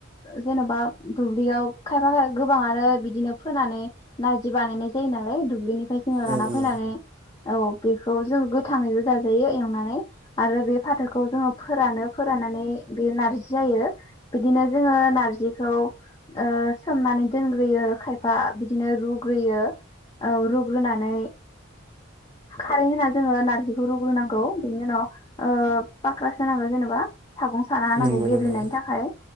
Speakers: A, on the left (about 25°); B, on the right (about 25°).
A: जेन'बा दुब्लियाव खायफा खाय गोबांआनो बिदिनो फोनानै नारजि बानायनाय जायो नालाय दुब्लिनि <unintelligible> जोङो लाना
B: औ
A: फैनानै।
B: औ
A: औ बेखौ जोङो गोथाङैबो जाजायो एवनानै आरो बे फाथोखौ जोङो फोरानो फोराननानै बे नारजि जि जायो बिदिनो जोङो नार्जिखौ ओ सोमनानै दोनग्रोयो खायफा बिदिनो रुग्रोयो औ रुग्रोनानै खारै होना जोङो नार्जिखौ रुग्रोनांगौ बिनि उनाव ओ फाख्रा सोनांगौ जेनेबा। सागं साना होनांगौ।
B: नंगौ
A: गेब्लेनायनि
B: नंगौ
A: थाखाय।